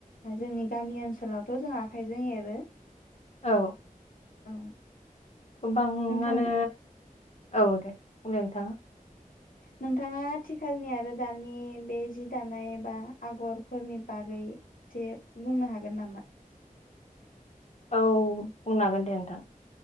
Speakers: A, on the left (about 70°); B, on the left (about 50°).
A: जोंनि गामि ओनसोलावथ' जों आखाइजों एरो
B: औ।
A: औ।
B: गोबाङानो
A: नोंथां
B: औ दे अ नोंथां।
A: नोंथाङा आथिखालनि आरो दानि बे जि दानाय बा आगरफोरनि बागै जे बुंनो हागोन नामा?
B: औ बुंनो हागोन दे नोंथां।